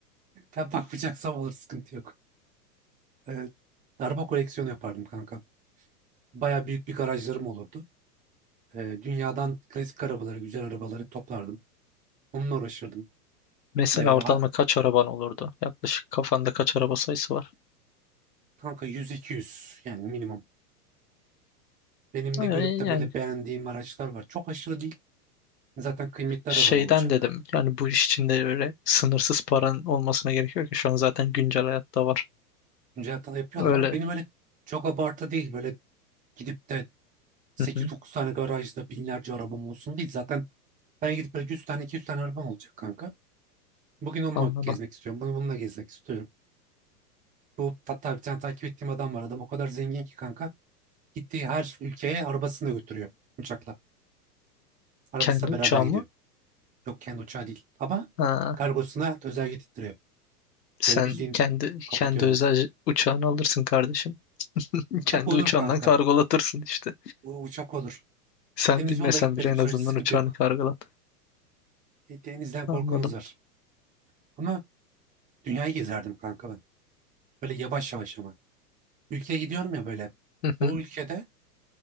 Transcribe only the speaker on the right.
Ben bakmayacaksam alır, sıkıntı yok. Ee, araba koleksiyonu yapardım kanka. Baya büyük bir garajlarım olurdu. Ee, dünyadan klasik arabaları, güzel arabaları toplardım. Onunla uğraşırdım.
Ee, ha-
kanka 100-200 yani minimum. Benim
de görüp de
böyle beğendiğim araçlar var. Çok aşırı değil. Zaten kıymetli
araba da olacak.
Güncel hata yapıyorlar
ama benim öyle çok abartı değil. Böyle gidip de 8-9
tane garajda binlerce arabam olsun değil. Zaten ben gidip böyle 100 tane 200 tane arabam olacak kanka. Bugün onunla
gezmek istiyorum. Bunu bununla gezmek istiyorum. Bu hatta bir tane takip ettiğim adam var. Adam o kadar zengin ki kanka. Gittiği her ülkeye arabasını da götürüyor uçakla. Arabasıyla
beraber gidiyor. Yok kendi uçağı değil. Ama
kargosuna özel getirtiyor.
Böyle bildiğin
kapatıyor
arabasını.
Uçak
olur
kanka.
U- Uçak olur.
Deniz
yolla gitmediğim
sürece
sıkıntı
yok.
E, denizden korkumuz
var. Ama dünyayı gezerdim kanka ben. Böyle yavaş yavaş ama. Ülkeye gidiyorum ya böyle.
O ülkede